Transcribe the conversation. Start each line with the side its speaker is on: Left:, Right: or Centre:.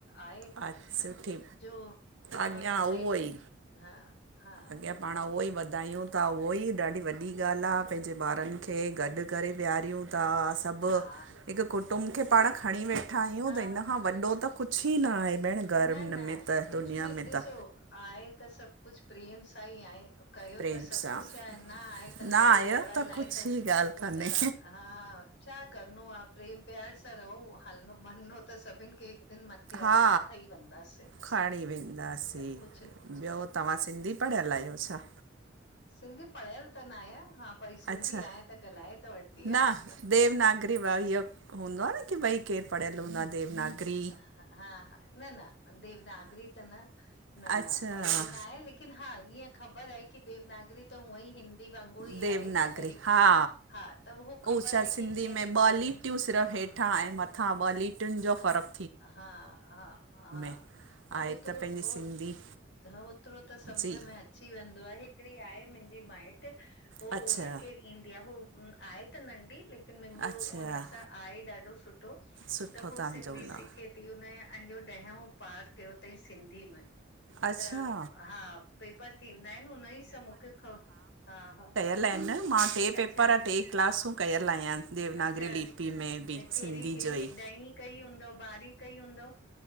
Left: आहे।
Right: अ सुठी
Left: जो पाण
Right: अॻियां
Left: न ठाही
Right: उओ ई
Left: हा -हा
Right: अॻियां पाण उहो ई वध ॿुदायूं ता उओ ई ॾाढी वॾी ॻाल आ, पैंजे ॿारन खे गॾ करे वेहारियूं ता सब
Left: हा
Right: हिक कुटुंम खे पाण खणी वे ठायूं
Left: हा
Right: त इन खां वॾो त कुछ ई न आए भेण घर
Left: न
Right: हिन
Left: न
Right: में त
Left: कुझु
Right: दुनिया
Left: बि
Right: में
Left: ॾिसो
Right: त,
Left: आहे त सब कुछ प्रेम सां ई आए। कयो
Right: प्रेम
Left: त सभ
Right: सां
Left: कुछ आए न आहे, त लड़ाई
Right: न आहियो
Left: झगड़न लाइ
Right: कुझु
Left: त
Right: ई ॻाल्हि कान्हे
Left: अ हा। छा करनो आ प्रेम प्यार सां रहो, ह मन हो त सभिन खे हिक दिन मथे
Right: हा
Left: आ छा खईं वेंदासीं
Right: खणी वेंदासीं
Left: कु
Right: ॿियो तव्हां सिंधी पढ़ियल आयो छा?
Left: सिंधी पढ़ियल त न आयां, हा भई सिंधी
Right: अच्छा
Left: आयां त गलाए त वठंदी
Right: न
Left: आयां।
Right: देवनागरी व इयो हूंदो आ न की भई, केर पढ़ियल हूंदो आ देवनागरी?
Left: हा -हा, न न देवनागरी त न -न-
Right: अच्छा
Left: न पढ़ियल न आये लेकिन हा ईय ख़बर आ कि देवनागरी त उअं ई हिंद दी वांगुर ई
Right: देवनागरी
Left: आहे, हिक तरीक़े
Right: हा
Left: हा त उहो ख़बर
Right: छा
Left: आए
Right: सिंधी
Left: की कीअं
Right: में ॿ
Left: लिखी वन
Right: लीटियूं सिरफ़ हेठां ऐं मथां ॿ लीटियुन जो फ़र्क़
Left: हा -हा -हा,
Right: आहे
Left: त हो त
Right: पंहिंजी
Left: हो
Right: सिंधी
Left: ह ओतरो त सम्झ
Right: जी
Left: में अच अची वेंदो आ, हिकड़ी आहे मुंजी माइट्र हो
Right: अच्छा
Left: हुनखे ईंदी आ, हो आए त नंढी, लेकिन मुंजो
Right: अच्छा
Left: उन सां आहे ॾाढो सुठो
Right: सुठो
Left: त हो
Right: तव्हां
Left: सिंधी
Right: चवंदा
Left: सिख एती उनजा अंजो ॾहों पास कयो तई सिंधी में,
Right: अच्छा
Left: त हा पेपर थींदा आइनि हुन ई <unintelligible> खां, हा हा
Right: लाइन मां टे
Left: अच्छा
Right: पेपर, टे क्लासूं कयल आयां देवनागरी
Left: अच्छा
Right: लिपि में बि,
Left: कहिड़ी
Right: सिंधी
Left: कहिड़ी
Right: जो ई
Left: ॾहीं कई हूंदो, बारी कई हूंदो